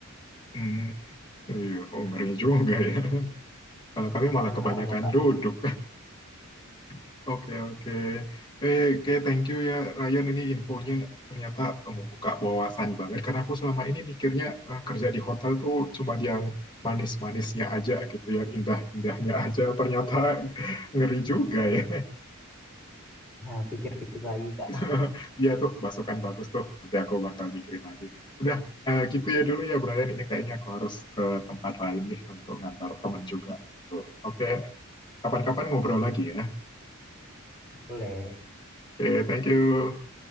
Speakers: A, on the left (about 20°); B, in the centre.
A: Hmm, iya, oh, ngeri juga ya. <laughs> Kalau kami malah
B: <laughs> nah
A: kebanyakan
B: makanya
A: duduk. <laughs> Oke oke. Eh, oke thank you ya Ryan ini infonya ternyata membuka wawasan banget karena aku selama ini mikirnya eh, kerja di hotel tuh cuma yang manis-manisnya aja gitu, yang indah-indahnya aja. Ternyata <laughs> ngeri juga ya.
B: nah, pikir-pikir lagi kak
A: <laughs> Iya tuh masukan bagus tuh. Nanti aku bakal mikirin lagi. Udah eh, gitu ya dulu ya Brian. Ini kayaknya aku harus ke tempat lain nih untuk ngantar temen juga. Tuh. Oke, kapan-kapan ngobrol lagi ya.
B: boleh
A: Oke, thank you.